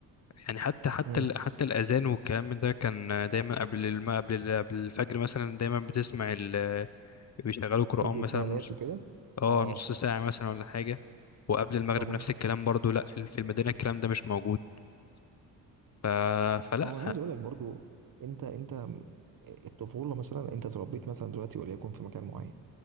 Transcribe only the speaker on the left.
يعني حتى حتى
ال... حتى الأذان والكلام من ده كان دايما قبل الم... قبل ال... قبل الفجر مثلا دايما بتسمع ال... بيشغلوا قرآن
مثلا
نص...
اه
نص ساعة مثلا ولا حاجة وقبل المغرب
نفس الكلام برضو لا في المدينة الكلام ده مش موجود ف... فلا